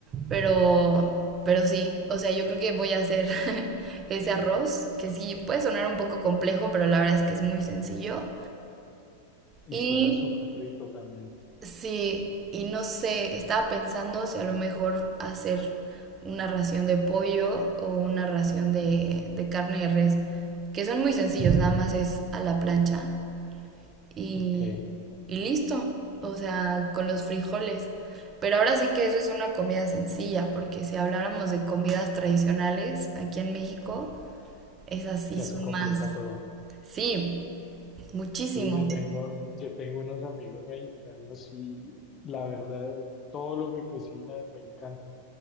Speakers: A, on the right; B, on the left.
A: pero, pero sí, o sea, yo creo que voy a hacer <laughs> ese arroz, que sí, puede sonar un poco complejo, pero la verdad es que es muy sencillo.
B: Y
A: Y
B: suena súper rico también.
A: sí, y no sé, estaba pensando si a lo mejor hacer una ración de pollo o una ración de, de carne de res, que son muy sencillos, nada más es a la plancha. y,
B: Ok,
A: y listo, o sea, con los frijoles. Pero ahora sí que eso es una comida sencilla, porque si habláramos de comidas tradicionales aquí en México, esas sí
B: ya
A: son
B: se complica
A: más.
B: todo.
A: Sí, muchísimo.
B: Sí, yo tengo, yo tengo unos amigos mexicanos y la verdad, todo lo que cocinan me encanta.